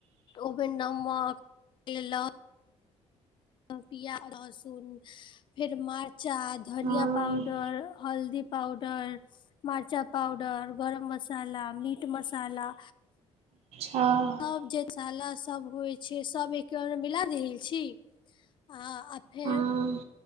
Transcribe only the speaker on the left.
ओमे नमक द क प्याज लहसुन, फेर मरचा, धनिया
पाउडर पर हल्दी पाउडर मर्चा पाावडर, गरम मसाला, मीट मसाला
और मशाला सब जे होइ छै सब एक मिला देल छी आ आ फेर